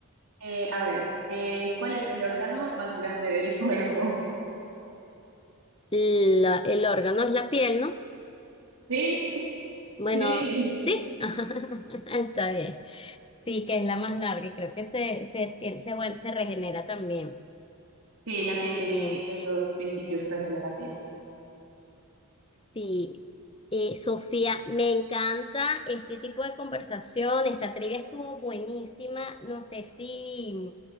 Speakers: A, on the right; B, on the left.
A: Eh, a ver, eh, ¿cuál es el órgano más grande del cuerpo? <laughs>
B: La- el órgano es la piel, ¿no?
A: Sí,
B: Bueno,
A: sí.
B: sí, <laughs> está bien. Sí, que es la más larga y creo que se, se, tiene- se, vuel- se regenera también.
A: Sí,
B: Mm,
A: la piel tiene
B: Bien.
A: esos principios regenerativos.
B: Sí, Eh, Sofía, me encanta este tipo de conversación. Esta trivia estuvo buenísima. No sé si mm,